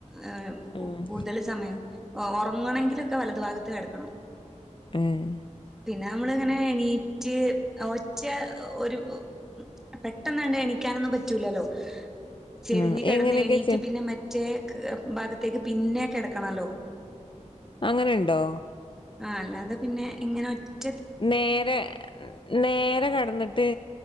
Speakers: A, in the centre; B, on the left.
A: ആഹ് കൂ
B: ഉം
A: കൂടുതൽ സമയം ഒ ഒറങ്ങണെങ്കിലൊക്കെ വലതു ഭാഗത്ത് കെടക്കണം
B: ഏഹ്
A: പിന്നെ നമ്മള് ഇങ്ങനെ എണീറ്റ് ഓ മറ്റെ ഒരു പെട്ടെന്നാണ്ട് എണീക്കാനൊന്നും പറ്റൂലല്ലോ ചെരിഞ്ഞ്
B: ആഹ്
A: കെടന്ന്
B: എങ്ങനെയൊക്കെ
A: എണീ <unintelligible>
B: ചെ
A: പിന്നെ മറ്റേ ക്ക് ഭാഗത്തേക്ക് പിന്നെ കെടക്കണല്ലോ
B: അങ്ങനെണ്ടോ
A: ആ അല്ലാതെ പിന്നെ ഇങ്ങനെ റ്റ്
B: നേരെ നേരെ കെടന്നിട്ട്